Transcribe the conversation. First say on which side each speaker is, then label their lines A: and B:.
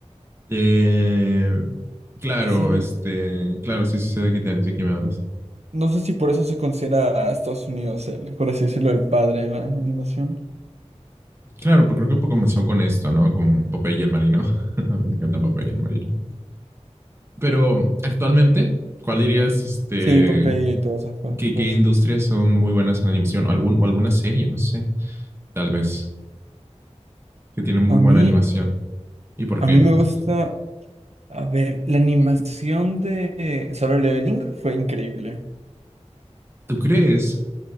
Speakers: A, on the right (about 20°); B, on the right (about 65°).
A: Eh, claro,
B: Es ani-
A: este, claro, sí, sí, sé de qué, te- de qué me hablas.
B: No sé si por eso se considera a Estados Unidos el, por así decirlo, el padre de la animación.
A: Claro, porque creo que comenzó con esto, ¿no? Con Popeye y el Marino. <laughs> A mí me encanta Popeye y el Marino. Pero actualmente, ¿cuál dirías, este,
B: Sí, Popeye y todas esas cosas.
A: ¿Qué, qué industrias son muy buenas en animación? Algún, o alguna serie, no sé, tal vez, que tienen muy
B: A mí,
A: buena animación. ¿Y por
B: a
A: qué
B: mí
A: no?
B: me gusta, a ver, la animación de Solo Leveling fue increíble.
A: ¿Tú crees?